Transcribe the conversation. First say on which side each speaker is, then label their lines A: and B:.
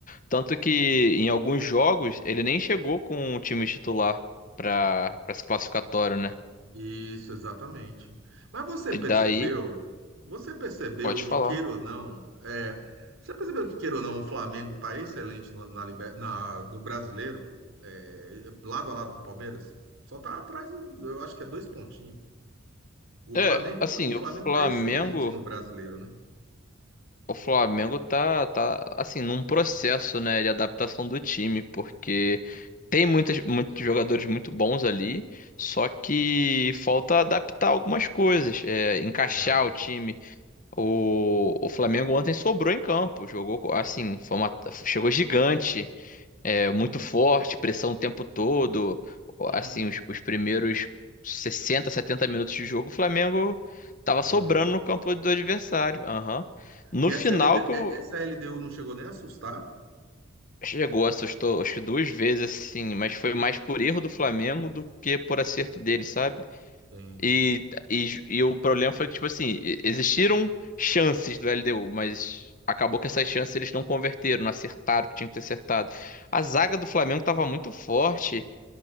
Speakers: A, on the left (about 40°); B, on the right (about 75°).
A: tanto que em alguns jogos ele nem chegou com o time titular para para esse classificatório, né?
B: Isso, exatamente. Mas você
A: E
B: percebeu?
A: daí,
B: Você percebeu
A: pode
B: que,
A: falar.
B: queira ou não, é, você percebeu que, queira ou não, o Flamengo está excelente no, na, liber- na- no brasileiro, é, lado a lado com o Palmeiras? Só está atrás, eu acho que é dois pontinhos. O
A: É,
B: Flamengo,
A: assim,
B: o Flamengo
A: o Flamengo,
B: está excelente no brasileiro, né?
A: o Flamengo tá, tá assim num processo, né, de adaptação do time, porque tem muitas, muitos jogadores muito bons ali, só que falta adaptar algumas coisas, é, encaixar
B: É.
A: o time. O, o Flamengo ontem sobrou em campo, jogou co- assim, foi uma- chegou gigante, é muito forte, pressão o tempo todo.
B: Uhum.
A: Assim, os, os primeiros 60 70 minutos de jogo, o Flamengo tava sobrando
B: Dominou.
A: no campo do adversário. Aham. No
B: E
A: final
B: essa LD,
A: que
B: é-
A: eu-
B: essa LDU não chegou nem a assustar?
A: chegou, assustou, acho que duas vezes assim, mas foi mais por erro do Flamengo do que por acerto dele, sabe?
B: Sim,
A: E,
B: sim.
A: e, e o problema foi que, tipo assim, e- existiram chances do LDU, mas acabou que essas chances eles não converteram, não acertaram o que tinha que ter acertado. A zaga do Flamengo estava muito forte.